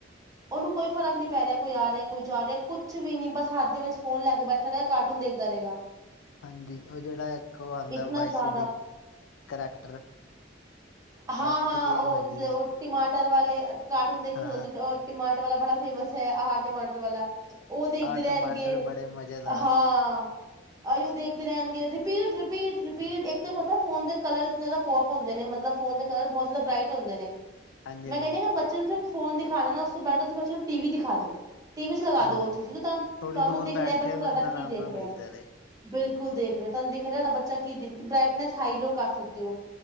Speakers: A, on the right; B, on the left.
A: ਉਹਨੂੰ ਕੋਈ ਫਰਕ ਨਹੀਂ ਪੈ ਰਿਹਾ, ਕੋਈ ਆ ਰਿਹਾ- ਕੋਈ ਜਾ ਰਿਹਾ ਕੁਛ ਵੀ ਨੀ, ਬਸ ਹੱਥ ਦੇ ਵਿੱਚ ਫੋਨ ਲੈ ਕੇ ਬੈਠਾ ਰਿਹਾ, ਕਾਰਟੂਨ ਦੇਖਦਾ ਰਹੇਗਾ।
B: ਹਾਂਜੀ, ਉਹ ਜਿਹੜਾ ਇੱਕ ਉਹ ਆਉਂਦਾ
A: ਇਤਨਾ
B: ਵਾਈ-
A: ਜ਼ਿਆਦਾ
B: ਸੀ- D character
A: ਹਾਂ-ਹਾਂ,
B: Y C D ਗੇਮ
A: ਉਹ
B: ਹੈਗੀ
A: ਜਿਥੇ ਉਹ
B: ਹੈ
A: ਟਿਮਾਟਰ ਵਾਲੇ, ਕਾਰਟੂਨ ਦੇਖੇ
B: ਹਾਂ
A: ਜੋ ਤੁਸੀ ਟਿਮਾਟਰ ਵਾਲਾ ਬੜਾ ਫੇਮਸ ਹੈ, ਆਹ! ਟਮਾਟਰ ਵਾਲਾ ਉਹ ਦੇਖਦੇ
B: ਆਹ
A: ਰਹਿਣਗੇ,
B: ਟਮਾਟਰ ਬੜੇ ਮਜ਼ੇਦਾਰ
A: ਹਾਂ। ਆਈਓ ਦੇਖਦੇ ਰਹਿਣਗੇ, ਰਿਪੀਟ- ਰਿਪੀਟ- ਰਿਪੀਟ ਇੱਕ ਤੇ ਪਤਾ, ਫੋਨ ਦੇ ਕਲਰ ਇਤਨਾ ਜ਼ਿਆਦਾ ਪੋਪ ਹੁੰਦੇ ਨੇ, ਮਤਲਬ ਫੋਨ ਦੇ ਕਲਰ ਬਹੁਤ ਜ਼ਿਆਦਾ ਬਰਾਈਟ ਹੁੰਦੇ ਨੇ
B: ਹਾਂਜੀ
A: ਮੈਂ
B: ਹਾਂਜੀ
A: ਕਹਿੰਦੀ ਅਗਰ ਬੱਚੇ ਨੂੰ ਫੋਨ ਦਿਖਾਣਾ ਨਾ, ਉਸ ਤੋ ਬੈਟਰ ਬੱਚੇ ਨੂੰ ਟੀ-ਵੀ ਦਿਖਾ ਦੋ ਟੀਵੀ ਚ ਲਗਾ
B: ਹਾਂਜੀ
A: ਦੋ ੳਹ ਚੀਜ਼, ਤੁਹਾਨ -ਤੁਹਾਨੂੰ
B: ਥੋੜ੍ਹੀ ਦੂਰ
A: ਦਿਖ
B: ਬੈਠ
A: ਰਿਹਾ
B: ਕੇ
A: ਬੱਚਾ ਤੁਹਾਡਾ
B: ਬੰਦਾ ਆਰਾਮ
A: ਕੀ ਦੇਖ
B: ਨਾਲ ਵੇਖਦਾ
A: ਰਿਹਾ।
B: ਰਹੇ
A: ਬਿਲਕੁਲ ਦੇਖ ਰਿਆ ਤੁਹਾਨੂੰ ਦਿਖ ਰਿਹਾ ਨਾ ਤੋਡਾ ਬੱਚਾ ਕੀ, ਬ੍ਰਟਨੈਸ ਹਾਈ-ਲੋ ਕਰ ਸਕਦੇ ਹੋ।